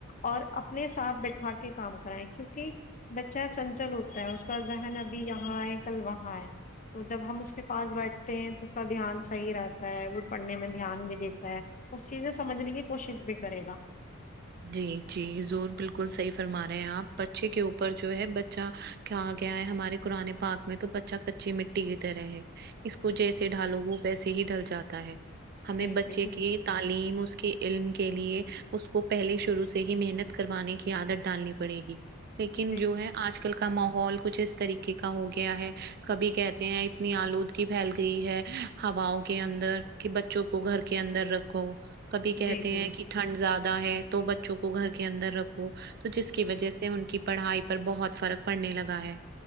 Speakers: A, on the left; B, on the right.
A: اور اپنے ساتھ بیٹھا کے کام کرائیں کیونکہ بچہ چنچل ہوتا ہے اس کا ذہن ابھی یہاں آئے کل وہاں آئے تو جب ہم اس کے پاس بیٹھتے ہیں تو اس کا دھیان صحیح رہتا ہے وہ پڑھنے میں دھیان بھی دیتا ہے اس چیزیں سمجھنے کی کوشش بھی کرے گا
B: جی جی زور بالکل صحیح فرما رہے ہیں آپ بچے کے اوپر جو ہے بچہ کہا گیا ہے ہمارے قران ے پاک میں تو بچہ کچی مٹی کی طرح ہے اس کو جیسے ڈھالو وہ ویسے ہی ڈھل جاتا ہے ہمیں
A: بالکل
B: بچے
A: بالکل
B: کی تعلیم اس کے علم کے لیے اس پہلے شروع سے ہی محنت کروانے کی عادت ڈالنی پڑے گی لیکن جو
A: بالکل
B: ہے آج کل آ کل کا ماحول کچھ اس طریقے کا ہو گیا ہے کبھی کہتے ہیں اتنی آلودگی پھیل گئی ہے ہواؤ کے اندر کہ بچوں کو گھر کے اندر رکھو کبھی کہتے
A: جی جی
B: ہیں کہ ٹھنڈ زیادہ ہے تو بچوں کو گھر کے اندر رکھو تو جس کی وجہ سے ان کی پڑھائی پر بہت فرق پڑنے لگا ہے